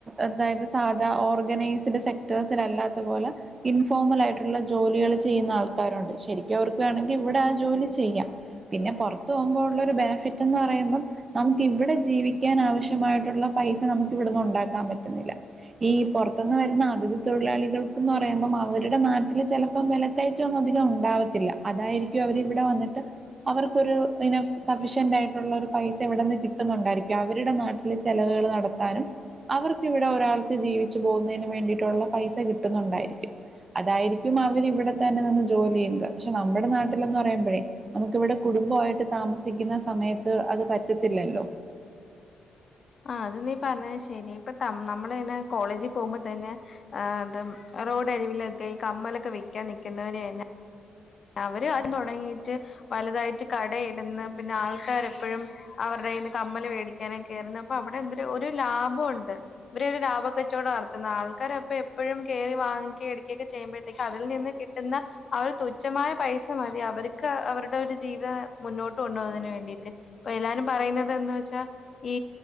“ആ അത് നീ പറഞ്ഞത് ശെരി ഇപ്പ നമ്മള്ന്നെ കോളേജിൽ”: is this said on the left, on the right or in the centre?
Left